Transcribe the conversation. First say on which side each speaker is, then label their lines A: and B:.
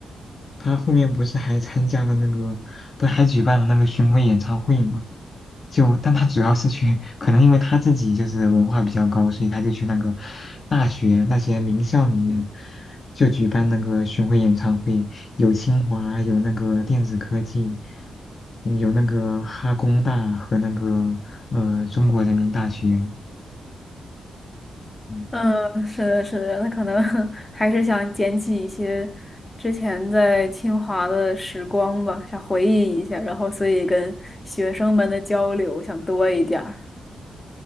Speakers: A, on the left (about 45°); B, on the left (about 20°).
A: 他后面不是还参加了那个，不是还举办了那个巡回演唱会吗？就，但他主要是去，可能因为他自己就是文化比较高，所以他就去那个大学那些名校里面，就举办那个巡回演唱会，有清华，有那个电子科技，嗯有那个哈工大和那个呃中国人民大学。嗯
B: 嗯，是的，是的，他可能 <laughs> 还是想捡起一些之前在清华的时光吧，想回忆一下，然后所以跟学生们的交流想多一点儿。